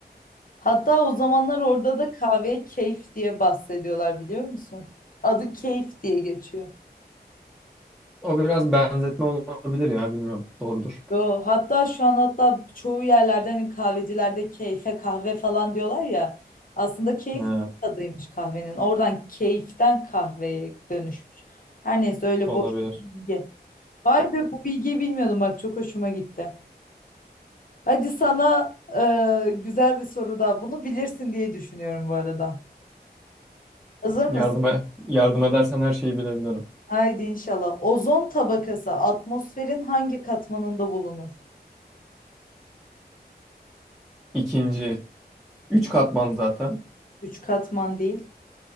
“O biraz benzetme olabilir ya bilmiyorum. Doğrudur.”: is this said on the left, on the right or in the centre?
Centre